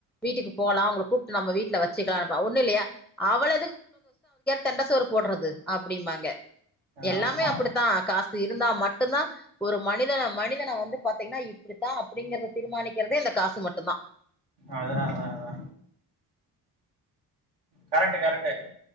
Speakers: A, in the centre; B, on the right (about 80°).
A: வீட்டுக்கு போலா அவங்கள கூப்ட்டு நம்ம வீட் ல வச்சுக்கலாம்ப்ப ஒண்ணு இல்லையா அவள தண்ட சோறு போடறது அப்டிம்பாங்க எல்லாமே
B: ஆமா
A: அப்படித்தா காசு இருந்தா மட்டுந்தா ஒரு மனிதன மனிதன வந்து பாத்திங்னா இப்பிடித்தா அப்படிங்கறத தீர்மானிக்கிறதே இந்த காசு மட்டுந்தா
B: அதா அதா அதா கரெட்டு கரெட்டு